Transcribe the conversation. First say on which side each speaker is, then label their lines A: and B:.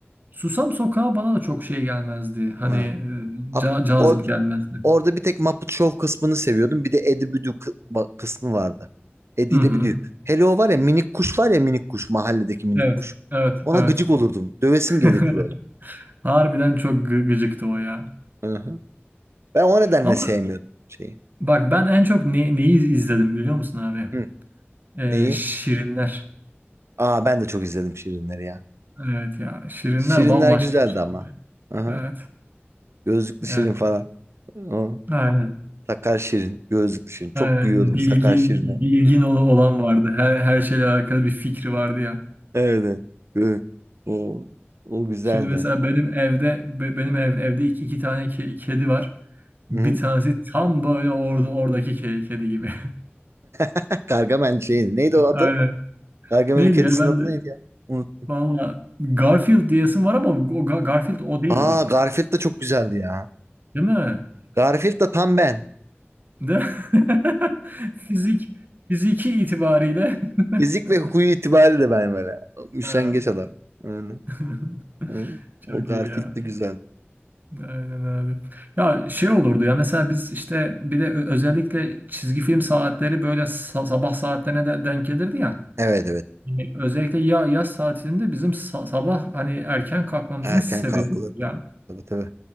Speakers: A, on the right (about 45°); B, on the right (about 80°).
A: Susam Sokağı bana da çok şey gelmezdi. Hani
B: Ha.
A: e,
B: Ab-
A: ca- cazip
B: Orada,
A: gelmezdi.
B: orada bir tek Muppet Show kısmını seviyordum. Bir de Eddie Büdü kı- ba- kısmı vardı. Eddie
A: Hı
B: ile
A: hı.
B: Büdü. Hele o var ya minik kuş var ya minik kuş. Mahalledeki minik
A: Evet.
B: kuş.
A: Evet,
B: Ona
A: evet.
B: gıcık olurdum. Dövesim
A: <laughs>
B: gelirdi
A: Harbiden çok gı- gıcıktı o ya.
B: böyle. Ben o nedenle
A: Ama
B: sevmiyordum şeyi.
A: bak ben en çok ne- neyi izledim biliyor musun abi?
B: Hı.
A: Ee,
B: Neyi?
A: Şirinler.
B: Aa ben de çok izledim Şirinleri ya.
A: Evet ya. Şirinler
B: Şirinler
A: bambaşka
B: güzeldi
A: bir şey.
B: ama. Aha.
A: Evet.
B: Gözlüklü
A: Evet.
B: Şirin falan. O.
A: Aynen.
B: Sakar Şirin, gözlüklü Şirin. Çok
A: Ha,
B: gülüyordum
A: bilgin
B: Sakar Şirin'e.
A: bilgin ol- olan vardı. Her her şeyle alakalı bir fikri vardı ya.
B: Evet. evet. O, o güzeldi.
A: Şimdi mesela benim evde be- benim ev, evde iki, iki tane ke- kedi var.
B: Hı
A: Bir
B: hı.
A: tanesi tam böyle orada oradaki ke- kedi gibi.
B: <laughs> Gargamel şeydi. Neydi
A: <laughs>
B: o adı?
A: Aynen.
B: Gargamel'in
A: Neydi
B: kedisinin
A: ya ben
B: adı
A: de
B: neydi ya? Unut.
A: valla Garfield diyesim var ama o Ga- Garfield o değildi.
B: Aa Garfield da çok güzeldi ya.
A: Değil mi?
B: Garfield da tam ben.
A: De <laughs> fizik fiziki itibariyle <laughs>
B: Fizik ve huyu itibariyle ben böyle. Üşengeç
A: Ha.
B: adam. Öyle.
A: <laughs>
B: Hı.
A: Çok
B: O Garfield
A: iyi ya.
B: de güzel.
A: Aynen abi. Ya şey olurdu ya mesela biz işte bir de ö- özellikle çizgi film saatleri böyle sa- sabah saatlerine de denk gelirdi ya.
B: Evet evet.
A: Yani özellikle ya yaz saatinde bizim sa- sabah hani erken kalkmamızın
B: Erken
A: sebebi
B: kalkılırdı.
A: ya.
B: Tabii tabii.